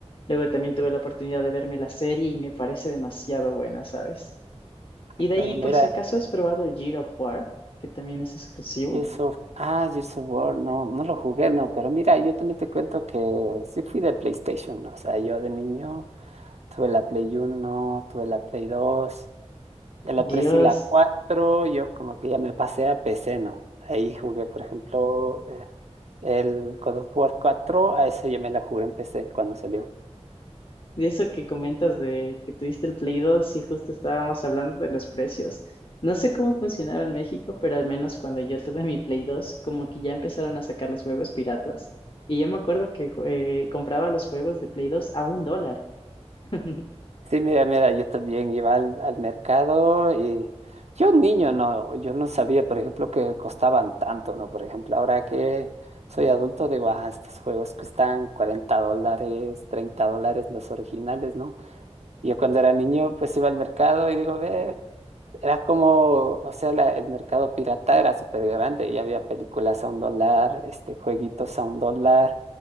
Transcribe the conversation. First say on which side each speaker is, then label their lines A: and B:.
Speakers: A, on the left; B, on the right.
A: Luego también tuve la oportunidad de verme la serie y me parece demasiado buena, ¿sabes? Y
B: Ah, claro,
A: de ahí,
B: mira,
A: por si acaso, has probado el Gears of War, que también es exclusivo.
B: Gears of, ah, Gears of War, no, no lo jugué, no, pero mira, yo también te cuento que sí fui de PlayStation, ¿no? o sea, yo de niño tuve la Play Uno tuve la Play Dos Ya la 3
A: Dios,
B: y la cuatro yo como que ya me pasé a PC, ¿no? Ahí jugué, por ejemplo, eh, el God of War cuatro a ese ya me la jugué en PC cuando salió.
A: De eso que comentas de que tuviste el Play 2, sí, justo estábamos hablando de los precios. No sé cómo funcionaba en México, pero al menos cuando yo tuve mi Play 2, como que ya empezaron a sacar los juegos piratas. Y yo me acuerdo que eh, compraba los juegos de Play 2 a un dólar. <laughs>
B: Sí, mira, mira, yo también iba al, al mercado y yo niño, no, yo no sabía, por ejemplo, que costaban tanto, ¿no? Por ejemplo, ahora que soy adulto, digo, ah, estos juegos cuestan 40 dólares, 30 dólares los originales, ¿no? Y yo cuando era niño, pues iba al mercado y digo, ve. Era como, o sea, la- el mercado pirata era súper grande y había películas a un dólar, este, jueguitos a un dólar.